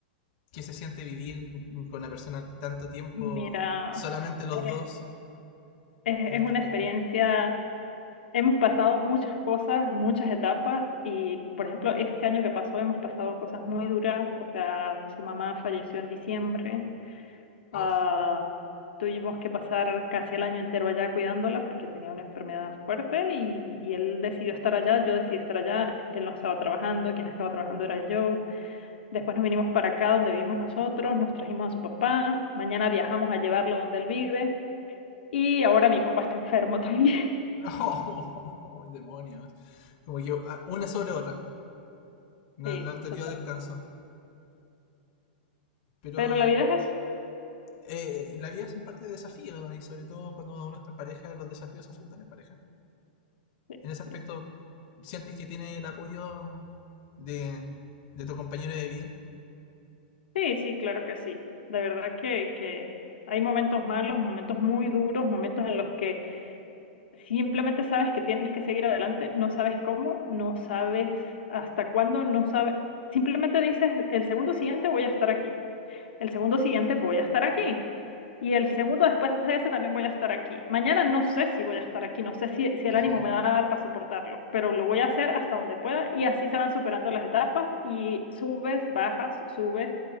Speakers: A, on the left; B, on the left.
A: qué se siente vivir con una persona tanto tiempo,
B: mira,
A: solamente los
B: eh,
A: dos,
B: es,
A: en
B: es
A: este
B: una
A: aspecto.
B: experiencia, hemos pasado muchas cosas, muchas etapas y, por ejemplo, este año que pasó hemos pasado cosas muy duras, o sea, su mamá falleció en diciembre, Ah,
A: Au.
B: tuvimos que pasar casi el año entero allá cuidándola porque tenía una enfermedad fuerte y, y él decidió estar allá, yo decidí estar allá, él no estaba trabajando, quien estaba trabajando era yo. Después nos vinimos para acá donde vivimos nosotros, nos trajimos a su papá, mañana viajamos a llevarlo donde él vive y ahora mi papá está enfermo <laughs> también.
A: Oh, oh, oh, oh! demonios. <laughs> Como que ah, una sobre otra. No,
B: Sí,
A: no han tenido
B: total.
A: descanso. Pero
B: Pero la vida es eso.
A: eh, la vida es un parte de desafíos y sobre todo cuando uno está en pareja, los desafíos se afrontan en pareja.
B: Sí,
A: En ese
B: así
A: aspecto,
B: es.
A: ¿sientes que tiene el apoyo de, de tu compañero de vida?
B: sí, sí, claro que sí. De verdad que, que hay momentos malos, momentos muy duros, momentos en los que Simplemente sabes que tienes que seguir adelante, no sabes cómo, no sabes hasta cuándo, no sabes. Simplemente dices, el segundo siguiente voy a estar aquí, el segundo siguiente voy a estar aquí y el segundo después de ese también voy a estar aquí. Mañana no sé si voy a estar aquí, no sé si, si
A: Claro.
B: el ánimo me va a dar para soportarlo, pero lo voy a hacer hasta donde pueda y así se van superando las etapas y subes, bajas, subes.